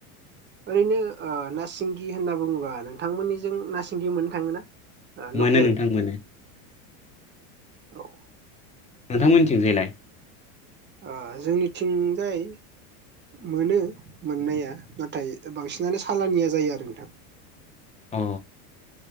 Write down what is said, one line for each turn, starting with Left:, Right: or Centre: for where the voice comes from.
Right: ओरैनो ओ ना सिंगि होनना बुङोबा नोंथांमोननिजों ना सिंगि मोननो थाङोना? ओ लकेल
Left: मोनो नोंथां मोनो
Right: औ
Left: नोंथां मोननिथिंजायलाय
Right: ओ जोंनिथिंजाय मोनो मोननाया नाथाय बांसिनानो सालानिया जायो आरो नोंथां
Left: अ